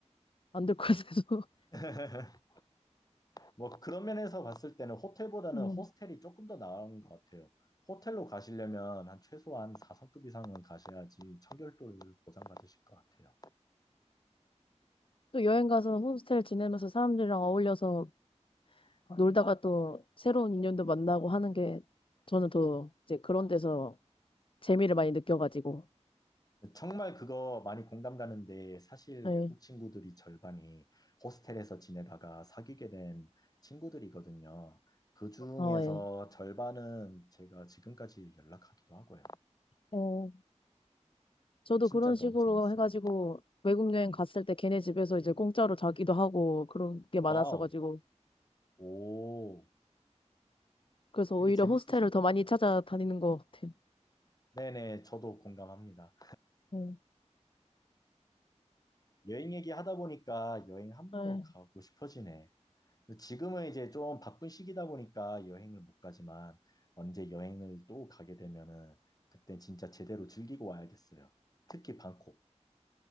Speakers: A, on the left (about 50°); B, on the left (about 30°).
A: 안 될 것 같아서. <laughs>
B: <laughs> 뭐 그런 면에서 봤을 때는 호텔보다는
A: 음.
B: 호스텔이 조금 더 나은 것 같아요. 호텔로 가시려면 한 최소한 4성급 이상은 가셔야지 청결도를 보장받으실 것 같아요.
A: 또 여행 가서 홈스테이 지내면서 사람들이랑 어울려서 놀다가 또 새로운 인연도 만나고 하는 게 저는 더 이제 그런 데서 재미를 많이 느껴가지고.
B: 정말 그거 많이 공감 가는데 사실
A: 네.
B: 외국 친구들이 절반이 호스텔에서 지내다가 사귀게 된 친구들이거든요. 그 중에서
A: 어, 예.
B: 절반은 제가 지금까지 연락하기도 하고요.
A: 어. 저도
B: 진짜
A: 그런 식으로
B: 너무 재밌어요.
A: 해가지고 외국 여행 갔을 때 걔네 집에서 이제 공짜로 자기도 하고 그런 게 많았어가지고
B: 와우, 오,
A: 그래서
B: 되게
A: 오히려
B: 재밌으셨겠다.
A: 호스텔을 더 많이 찾아다니는 것 같아요.
B: 네네, 저도 공감합니다.
A: 음.
B: 여행 얘기하다 보니까 여행 한 번
A: 네.
B: 더 가고 싶어지네. 근데 지금은 이제 좀 바쁜 시기다 보니까 여행을 못 가지만 언제 여행을 또 가게 되면은 그때 진짜 제대로 즐기고 와야겠어요. 특히 방콕.